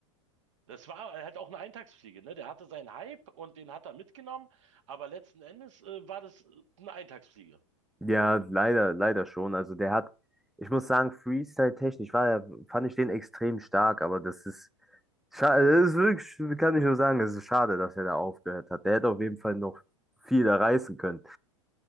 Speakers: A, on the right; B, in the centre.
A: Das war halt auch eine Eintagsfliege, ne? Der hatte seinen Hype und den hat er mitgenommen, aber letzten Endes, äh, war das äh, eine Eintagsfliege.
B: Ja, leider, leider schon. Also, der hat, ich muss sagen, Freestyle-technisch war er, fand ich den extrem stark, aber das ist, schade, das ist wirklich, kann ich nur sagen, es ist schade, dass er da aufgehört hat. Der hätte auf jeden Fall noch viel da reißen können.